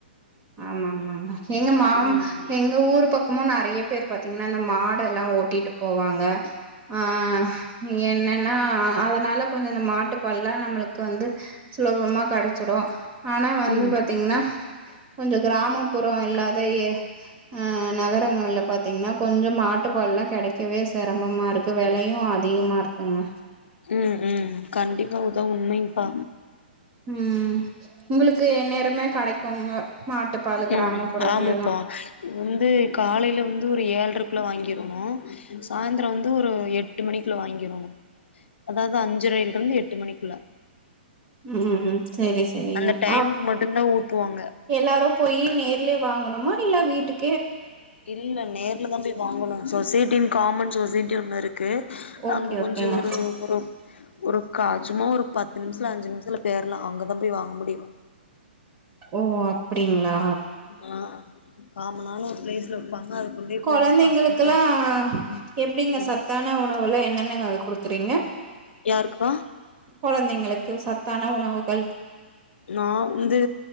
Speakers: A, on the right (about 20°); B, on the left (about 85°).
A: ஆமாம்மாங்க எங்க மாம்
B: ம்
A: எங்க ஊர் பக்கமு நெறைய பேர் பாத்தீங் ஆனா இந்த மாடெல்லா ஓட்டிட்டு போவாங்க அஹ் ம் என்னன்னா அதனால கொஞ்சோ இந்த மாட்டுப் பால்லா நம்மளுக்கு வந்து சுலபமா கெடச்சுரு ஆனா வந்து
B: ம்
A: பாத்தீங்ன்னா கொஞ்சொ கிராமம்புறம் இல்லாத ஏ அஹ் நகரங்கள்ல பாத்தீங்ன்னா கொஞ்சம் மாட்டுப்பால்லா கெடைக்கவே செரமமாரிக்கு வெலயும் அதி திகமா இருக்குங்க
B: ம் ம் கண்டிப்பா உதவ் உண்மைங்பா
A: ம் உங்களுக்கு எந்நேரமே கெடைக்குங்க மாட்டுப்பாலு கிராமப்புறத்துலல்லா
B: ம் ஆமம்ப்பா உந்து காலேல வந்து ஒரு ஏழ்ரக்குள்ள வாங்கிருணு சாய்ந்தர வந்து ஒரு எட்டு மணிக்குல வாங்கிரனு அதாவது அஞ்சரையில் இருந்து எட்டு மணிக்குள்ள
A: ம் செரி செரிங்க
B: அந்த டைமுக்கு
A: ஆஹ்
B: மட்டுந்தா ஊத்துவாங்க
A: எல்லாரு போயி நேர்லே வாங்குணுமா இல்ல வீட்டுக்
B: இல்ல நேர்லதா போய் வாங்கணு சொசைட்டின் காமன் சொசைட்டி ஒன்னு ருக் கு
A: ஓகே
B: அங்க கொஞ்ச
A: ஓகேங்க
B: ஒரு ஒரு ஒரு கா சும்மா ஒரு பத்து நிம்ஷ்ல அஞ்சு நிம்ஷ்த்ல தேர்லா அங்கதா போய் வாங்க முடியு
A: ஓ அப்பிட் டிங்களா
B: ஆ காமனான ஒரு ப்ளேஸ்ல <unintelligible> கொண்டே
A: கொழந்தைங்களுக்குல்லா
B: போய் ஒ காஸ் குடுத்து வாங்குனு
A: எப்டிங்க
B: ம்
A: சத்தான உணவுல்லா என்னென்னங்க குடுக்குறீங்க
B: யாருக்குபா
A: கொழந்தைங்களுக்கு சத்தான உணவுகள்
B: நா வந்து